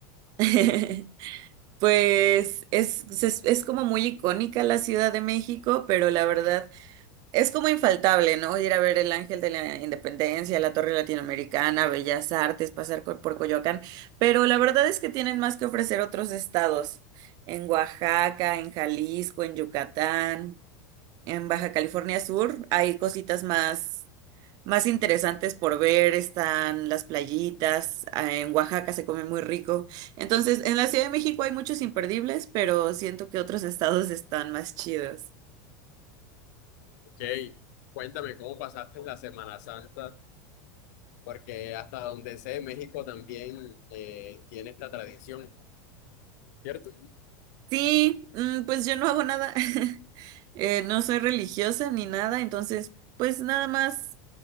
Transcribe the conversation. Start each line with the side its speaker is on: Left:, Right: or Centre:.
Right: <laughs> Pues es, es, es como muy icónica la Ciudad de México, pero la verdad Es como infaltable, ¿no? Ir a ver el Ángel de la Independencia, la Torre Latinoamericana, Bellas Artes, pasar co- por Coyoacán, pero la verdad es que tienen más que ofrecer otros estados, en Oaxaca, en Jalisco, en Yucatán, en Baja California Sur, hay cositas más, más interesantes por ver, están las playitas, ah, en Oaxaca se come muy rico. Entonces, en la Ciudad de México hay muchos imperdibles, pero siento que otros estados están más chidos.
Left: Ok, cuéntame cómo pasaste la Semana Santa, porque hasta donde sé, México también eh, tiene esta tradición, ¿cierto?
Right: Sí, mm, pues yo no hago nada. <laughs> Eh, no soy religiosa ni nada, entonces pues nada más